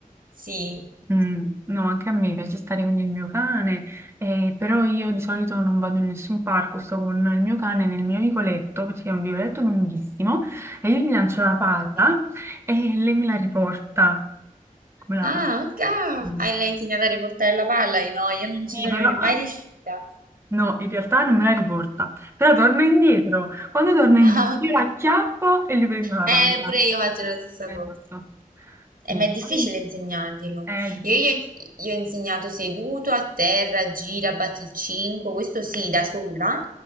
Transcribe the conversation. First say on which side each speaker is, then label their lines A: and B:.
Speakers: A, on the right; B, on the right.
A: Sì.
B: Mm, no, anche a me piace stare con il mio cane, eh, però io di solito non vado in nessun parco, sto con il mio cane nel mio vicoletto, perché è un vicoletto lunghissimo, e io gli lancio la palla
A: Ok.
B: e lei me la riporta. Come la
A: Ah,
B: palla?
A: ok.
B: Sì,
A: Ah, l'hai insegnato a riportare la palla? Io No, io non ci sono
B: però
A: ri- mai riuscita.
B: no, in realtà non me la riporta, però torna indietro. Quando torna indietro
A: Ah,
B: io
A: ok.
B: la acchiappo e gli prendo la
A: Eh,
B: palla.
A: pure io faccio la stessa
B: Esatto.
A: cosa. Eh,
B: Sì,
A: ma è difficile
B: poi
A: insegnarglielo.
B: è difficile.
A: Io gli ho ins- gli ho insegnato seduto, a terra, gira, batti il 5, questo sì, da sola.